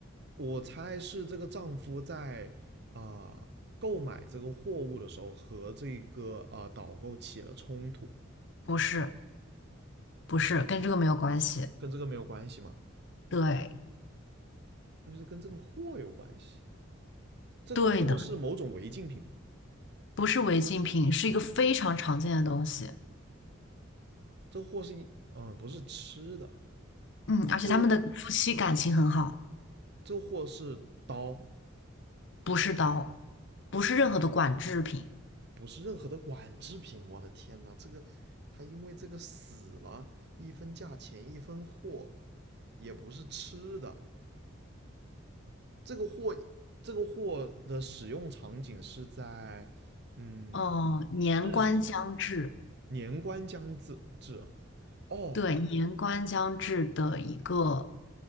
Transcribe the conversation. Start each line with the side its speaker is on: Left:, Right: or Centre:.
Right: 我猜是这个丈夫在啊、呃购买这个货物的时候和这个呃导购起了冲突，
Left: 不是，不是，跟这个没有关系。
Right: 跟这个没有关系嘛？
Left: 对，
Right: 那就是跟这个货有关系。这个货是某种违禁品嘛？
Left: 对的，不是违禁品，是一个非常常见的东西。
Right: 这个货是一嗯、呃不是吃的。
Left: 嗯，而且他们的夫妻感情很好，
Right: 这个这个货是刀，
Left: 不是刀，不是任何的管制品。
Right: 不是任何的管制品。我的天呐，这个他因为这个死了，一分价钱一分货，也不是吃的。这个货这个货的使用场景是在嗯
Left: 哦、年关将至，
Right: 日常年关将至至啊，哦，
Left: 对，年关将至的一个